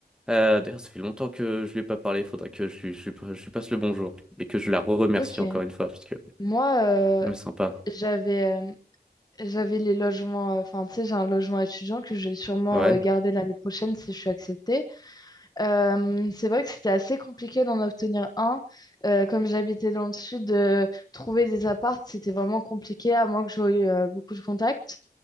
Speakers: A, in the centre; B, on the left (about 20°).
A: Euh, d'ailleurs, ça fait longtemps que je lui ai pas parlé. Il Faudra que je lui, je lui je lui passe le bonjour et que je la re-remercie
B: Ok.
A: encore une fois parce que
B: Moi, euh,
A: Hmm, sympa.
B: j'avais euh, j'avais les logements. euh, Enfin, tu sais, j'ai un logement étudiant que je vais sûrement
A: Ouais.
B: euh, garder l'année prochaine si je suis acceptée. Euh, c'est vrai que c'était assez compliqué d'en obtenir un. Euh, comme j'habitais dans le sud, euh, trouver des apparts, c'était vraiment compliqué à moins que j'aie eu euh, beaucoup de contacts.